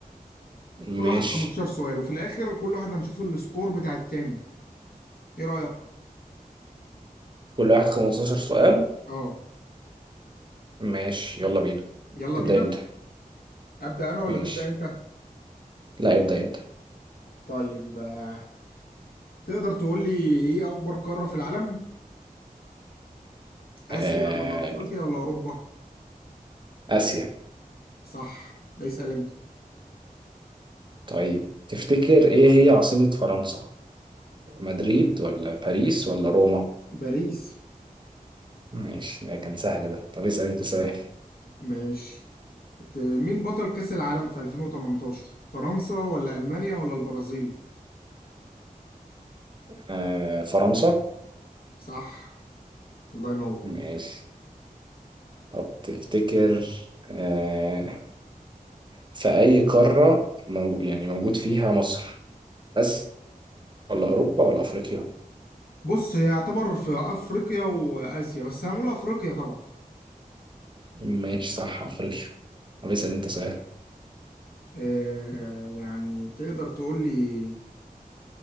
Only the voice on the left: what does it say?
كل واحد 15 سؤال وفي الاخر كل واحد هنشوف السكور بتاع التاني ايه رايك
اه
يلا
بينا
ابدا انا ولا
تبدا انت
طيب آه، تقدر تقول لي ايه اكبر قاره في العالم اسيا
ولا افريقيا ولا اوروبا
صح اسال انت
باريس
ماشي ت- مين بطل كأس العالم في 2018 فرنسا ولا ألمانيا ولا البرازيل
صح الله ينور
بص هي يعتبر في أفريقيا وآسيا بس هنقول أفريقيا طبعا
آه يعني تقدر تقول لي